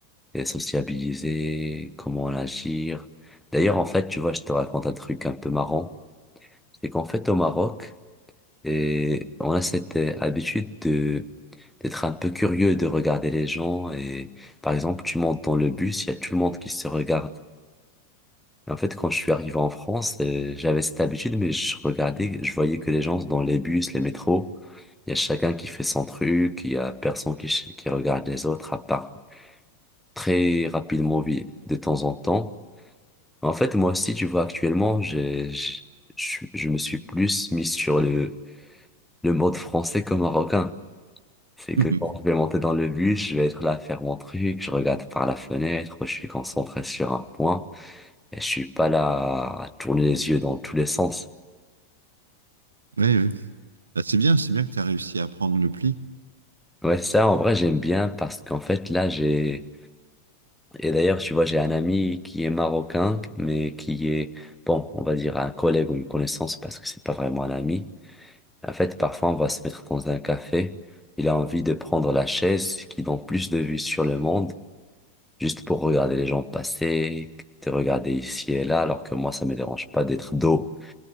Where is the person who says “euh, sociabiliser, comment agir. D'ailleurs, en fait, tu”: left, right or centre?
Centre